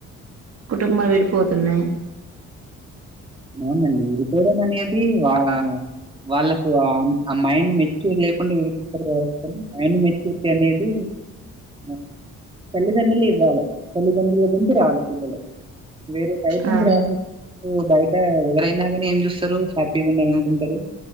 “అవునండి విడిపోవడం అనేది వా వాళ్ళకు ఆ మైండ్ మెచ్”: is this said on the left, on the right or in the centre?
Right